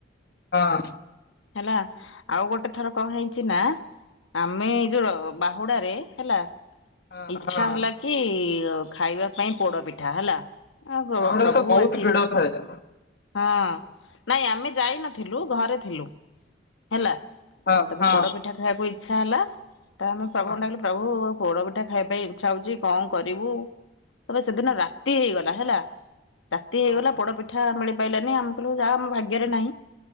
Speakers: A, on the left; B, on the left.
A: ହଁ।
B: ହେଲା ଆଉ ଗୋଟେ ଥର କଣ ହେଇଛି ନା ଆମେ ଏଇ ଯୋ ବାହୁଡ଼ା ରେ ହେଲା
A: ହଁ
B: ଇଛା
A: ହଁ ହଁ
B: ହେଲା କି କି ଖାଇବା ପାଇଁ ପୋଡ଼ ପିଠା ହେଲା ଆଉ
A: ବାହୁଡାରେ
B: ପ୍ରଭୁ
A: ତ
B: ଆଜି
A: <unintelligible>
B: ହଁ ନାଇଁ ଆମେ ଯାଇ ନଥିଲୁ ଘରେ ଥିଲୁ। ହେଲା
A: ହଁ
B: ତପରେ
A: ହଁ
B: ପୋଡ଼ ପିଠା ଖାଇବାକୁ ଇଛା ହେଲା ତ ଆମେ ପ୍ରଭୁଙ୍କୁ
A: ହଁ
B: ଡାକିଲୁ ପ୍ରଭୁ ପୋଡ଼ ପିଠା ଖାଇବା ପାଇଁ ଇଚ୍ଛା ହଉଛି କଣ କରିବୁ? ତବେ ସେଦିନ ରାତି ହେଇଗଲା ହେଲା ରାତି ହେଇଗଲା
A: ହଁ
B: ପୋଡ଼ ପିଠା ମିଳିପାଇଲାନି ଆମେ କହିଲୁ ଯାହା ଆମ ଭାଗ୍ୟରେ ନାହିଁ